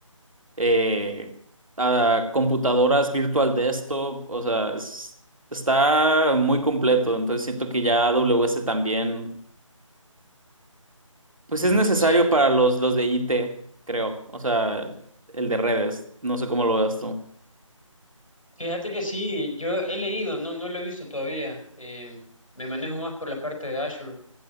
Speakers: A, on the right; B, on the left.
A: eh, ah, computadoras virtual desktop. O sea, es- está muy completo. Entonces siento que ya AWS también. Pues es necesario
B: Sí,
A: para los, los de IT, creo. O sea, el de redes. No sé cómo lo veas tú.
B: fíjate que sí, yo he leído, no, no lo he visto todavía. eh, me manejo más por la parte de Azure